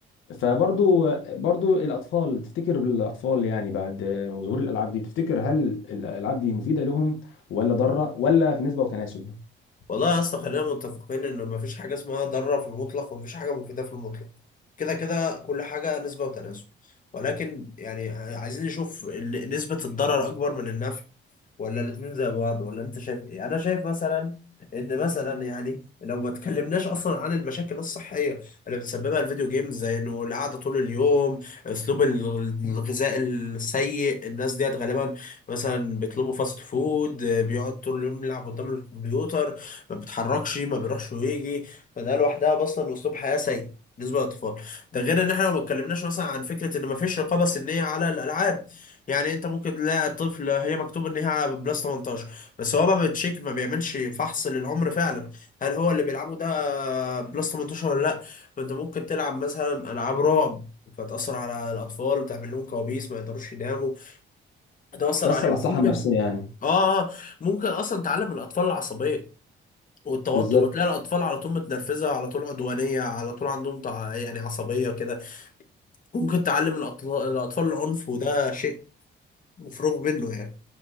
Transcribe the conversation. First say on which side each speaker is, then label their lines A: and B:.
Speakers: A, on the left (about 80°); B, on the left (about 40°).
A: فبرضو برضو الاطفال تفتكر بالاطفال يعني بعد ظهور الالعاب دي تفتكر هل الالعاب دي مفيده لهم ولا ضاره ولا في نسبه وتناسب
B: والله يا اسطى خلينا متفقين ان ما فيش حاجه اسمها ضاره في المطلق وما فيش حاجه مفيده في المطلق كده كده كل حاجه نسبه وتناسب ولكن يعني عايزين نشوف ال- نسبه الضرر اكبر من النفع ولا الاتنين زي بعض ولا انت شايف ايه انا شايف مثلا ان مثلا يعني لو ما اتكلمناش اصلا عن المشاكل الصحيه اللي بتسببها الفيديو جيمز زي انه القعده طول اليوم اسلوب ال- الغذاء السيء الناس ديت غالبا مثلا بيطلبوا فاست فود بيقعد طول اليوم يلعب قدام الكمبيوتر ما بيتحركش ما بيروحش ويجي فده لوحدها اصلا اسلوب حياه سيء بالنسبه للاطفال ده غير ان احنا ما اتكلمناش مثلا عن فكره ان ما فيش رقابه سنيه على الالعاب يعني انت ممكن تلاقي طفل هي مكتوب ان هي بلس 18 بس هو ما بتشيك ما بيعملش فحص للعمر فعلا هل هو اللي بيلعبه ده آه، بلس 18 ولا لا ما انت ممكن تلعب مثلا العاب رعب فتأثر على الأطفال تعمل لهم كوابيس ما يقدروش يناموا هتأثر
A: تاثر
B: عليهم
A: على الصحه
B: ممكن
A: النفسيه يعني
B: اه آه، ممكن أصلا تعلم الأطفال العصبية والتوتر
A: بالظبط
B: وتلاقي الأطفال على طول متنرفزة على طول عدوانية على طول عندهم تع- يعني عصبية كده ممكن تعلم الأطل- الأطفال العنف وده شيء مفروغ منه يعني